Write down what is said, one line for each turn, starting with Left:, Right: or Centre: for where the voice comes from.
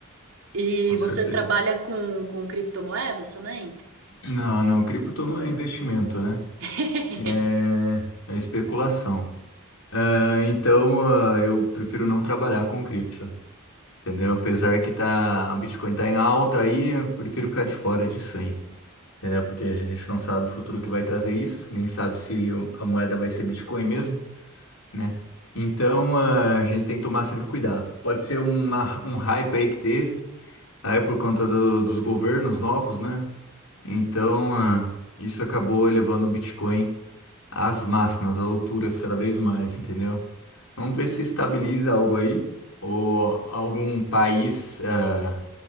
Right: E
Left: Com
Right: você
Left: certeza.
Right: trabalha com, com criptomoedas também?
Left: Não, não, cripto não é investimento, né?
Right: <laughs>
Left: É, é especulação. Ah, então, ah, eu prefiro não trabalhar com cripto, entendeu? Apesar que tá, a Bitcoin tá em alta aí, eu prefiro ficar de fora disso aí. entendeu? Porque a gente não sabe o futuro que vai trazer isso, nem sabe se o- a moeda vai ser Bitcoin mesmo, né? Então, ah, a gente tem que tomar sempre cuidado. Pode ser uma, um hype aí que teve, aí é por conta do- dos governos novos, né? Então, ah, isso acabou elevando o Bitcoin às máximas, às alturas cada vez mais, entendeu? Vamos ver se estabiliza algo aí, ou algum país, ah,